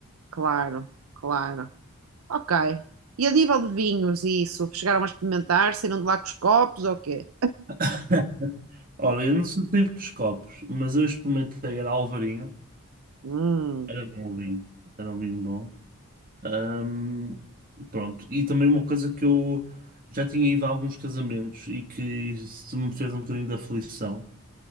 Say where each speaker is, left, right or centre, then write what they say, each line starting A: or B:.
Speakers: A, on the right (about 75°); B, on the right (about 40°).
A: claro, claro. Ok. E a nível de vinhos e isso? Chegaram a experimentar? Saíram de lá com os copos ou quê?
B: <laughs> Ora, eu não sou tipo dos copos, mas eu experimentei, era Alvarinho,
A: Hum,
B: era bom o vinho, era um vinho bom. Ahm, pronto, e também uma coisa que eu já tinha ido a alguns casamentos e que se me fez um bocadinho de aflição.